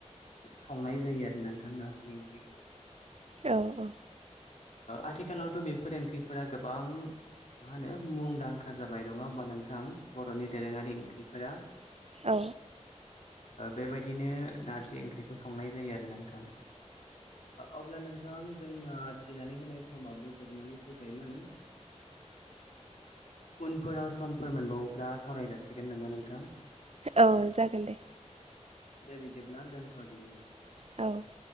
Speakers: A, on the left; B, on the right.
A: संनाय जायो आरो नोंथां नारजि ओंख्रिखौ
B: औ औ
A: आथिखालावथ' बे फोरोंगिरिफोरा गोबां मा होनो मुंदांखा जाबाय नङा होमबा नोंथां। बर'नि दोरोङारि ओंख्रिफोरा
B: औ
A: बेबायदिनो नारजि ओंख्रिखौ संनाय जायो आरो नोंथां। अब्ला नोंथां जोंना थिनानै होनाय समाबो जोबनानै। फैबायमोन उनफोराव समफोर मोनबावोब्ला सावरायजासिगोन नामा नोंथां।
B: औ जागोन दे
A: दे बिदिब्ला दोन्थ' दिनि
B: औ